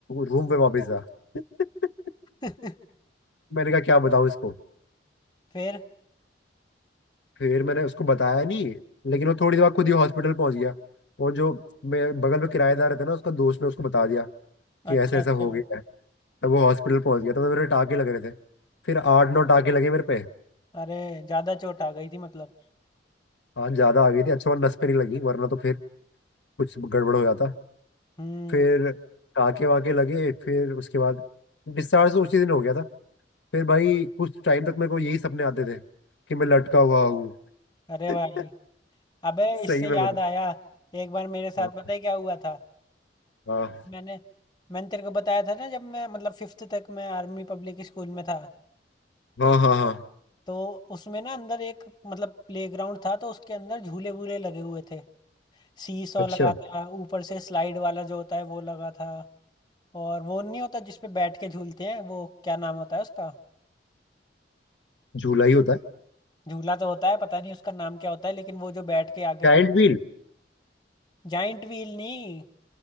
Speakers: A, on the left; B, on the left.
A: रूम पे वापस जा <laughs>
B: <laughs>
A: मैंने कहा क्या बताऊँ इसको
B: फिर
A: फिर मैंने उसको बताया नहीं लेकिन वो थोड़ी देर बाद खुद ही हॉस्पिटल पहुंच गया और जो मेरे बगल में किराएदार था ना उसका दोस्त ने उसको बता दिया कि
B: अच्छा
A: ऐसा ऐसा
B: अच्छा
A: हो गया है तब वो हॉस्पिटल पहुंच गया तब तो मेरे टाके लग रहे थे फिर आठ नौ टाके लगे मेरे पे
B: अरे ज्यादा चोट आ गई थी मतलब
A: आज ज्यादा आ गई थी अच्छा हुआ नस पे नहीं लगी वरना तो फिर कुछ गड़बड़ हो जाता
B: हम्म
A: फिर टाँके वाके लगे फिर उसके बाद डिस्चार्ज तो उसी दिन हो गया था फिर भाई कुछ टाइम तक मेरे को यही सपने आते थे कि मैं लटका हुआ हूँ
B: अरे
A: <laughs>
B: भाई अबे इससे
A: सही में
B: याद
A: मतलब
B: आया एक बार मेरे साथ
A: हाँ
B: पता है क्या हुआ था
A: हाँ
B: मैंने मैंने तेरे को बताया था ना जब मैं मतलब फिफ्थ तक मैं आर्मी पब्लिक स्कूल में था
A: हाँ हाँ हाँ।
B: तो उसमें ना अंदर एक मतलब प्ले ग्राउंड था तो उसके अंदर झूले वूले लगे हुए थे सीसॉ
A: अच्छा
B: लगा था ऊपर से स्लाइड वाला जो होता है वो लगा था और वो नहीं होता जिसपे बैठ के झूलते हैं वो क्या नाम होता है उसका
A: झूला ही होता है
B: झूला तो होता है पता नहीं उसका नाम क्या होता है लेकिन वो जो बैठ के आगे
A: Giant wheel
B: जाइंट व्हील नहीं